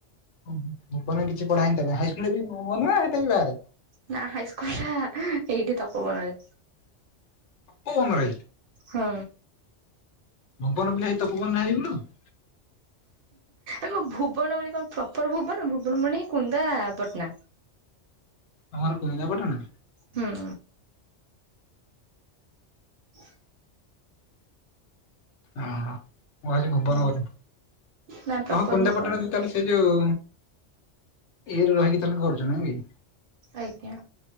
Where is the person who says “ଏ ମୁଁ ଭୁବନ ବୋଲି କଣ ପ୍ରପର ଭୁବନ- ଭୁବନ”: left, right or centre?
Right